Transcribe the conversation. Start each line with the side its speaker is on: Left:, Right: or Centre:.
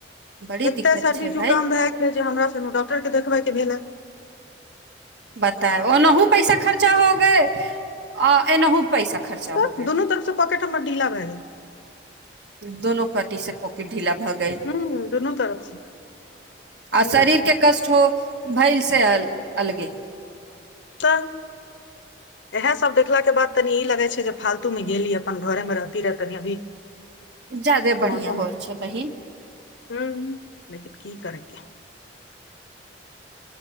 Right: बड़ी
Left: एते
Right: दिक्कत
Left: सर्दी
Right: छै
Left: जुकाम
Right: भाई
Left: भए गेलै जे हमरा सनू। सर के देखबैके भेल ह
Right: पताअय ओनाहो पैसा खर्चा हो गए आ एनाहु। पैसा खर्चा
Left: तऽ
Right: हो गए
Left: दुनू तरफसँ पॉकेट हमर ढीला भए गेल
Right: दोनो पट्टी से पाकेट ढीला भऽ गेल
Left: हूं दुनू तरफ से की
Right: आ शरीर
Left: बताउ
Right: के कष्ट हो भइल से अलग अलगे
Left: तऽ इएह सब देखलाके बाद तनी ई लगै छै जे फालतूमे गेली अपन घरेमे रहती रहै तनि अभी
Right: ज्यादे बढ़िया
Left: मौसम
Right: होइ छै बहिन
Left: हूं लेकिन की करके